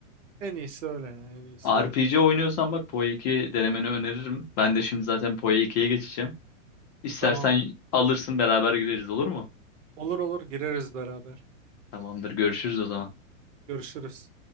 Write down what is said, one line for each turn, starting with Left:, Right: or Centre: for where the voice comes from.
Right: en iyisi öyle yani en iyisi
Left: RPG
Right: öyle.
Left: oynuyorsan bak PoE 2 denemeni öneririm. Ben de şimdi zaten PoE ikiye geçeceğim. İstersen
Right: Tamamdır.
Left: alırsın beraber gireriz olur mu?
Right: Olur olur gireriz beraber.
Left: Tamamdır görüşürüz o zaman.
Right: Görüşürüz.